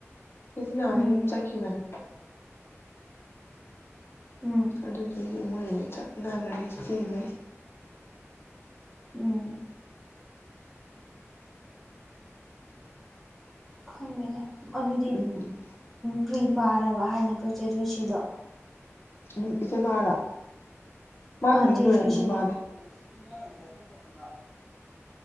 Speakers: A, on the left; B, in the centre.
A: ꯁꯤꯁꯤ ꯅꯍꯅ
B: ꯎꯝ
A: ꯌꯨꯝ ꯆꯠꯈꯤꯕꯅꯦ
B: ꯎꯝ
A: ꯑꯗꯨꯗꯤꯦ ꯌ ꯃꯣꯏꯅ ꯆꯠꯅꯈ꯭ꯔꯦ ꯆꯦꯉꯩ
B: ꯎꯝ ꯈꯪꯒꯗ ꯑꯗ
A: ꯎꯝ
B: ꯄꯔꯤ ꯄꯥꯔꯕ ꯍꯥꯏꯅꯠꯇ꯭ꯔꯣꯠ ꯆꯦꯗꯣꯏ ꯁꯤꯗꯣ
A: ꯑꯗꯨꯝ ꯏꯆꯦ ꯃꯥꯜꯂꯣ ꯃꯥꯂ
B: ꯑꯥ
A: ꯂꯣꯏ
B: ꯆꯦ
A: ꯂꯣꯏꯔꯝꯗꯣꯏ
B: ꯖꯣꯏꯁꯤꯗꯤ
A: ꯃꯥꯜꯂꯦ
B: <unintelligible>